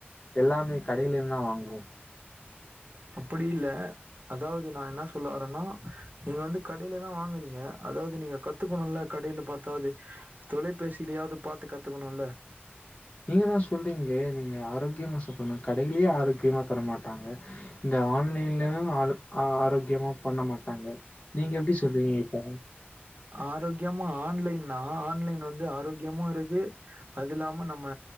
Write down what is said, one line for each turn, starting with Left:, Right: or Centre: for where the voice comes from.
Left: எல்லாமே கடையில இருந்தா வாங்குவோ
Right: அப்புடில்ல அதாவது நா என்ன சொல்ல வரன்னா நீங்க வந்து கடையில தா வாங்கறீங்க அதாவது நீங்க கத்துக்கணுல கடையில பாத்தாது தொலைபேசியிலயாவது பாத்து கத்துக்கணுல
Left: நீங்க தா சொல்றிங்களே நீங்க ஆரோக்கியமா சாப்டனு கடையிலே ஆரோக்கியமா தரமாட்டாங்க இந்த ஆன்லைன்லயு ஆரோ ஆரோக்கியமா பண்ண மாட்டாங்க நீங்க எப்டி சொல்றிங்க இப்ப
Right: ஆரோக்யமா ஆன்லைன்னா ஆன்லைன் வந்து ஆரோக்கியமு இருக்கு அது இல்லாம நம்ம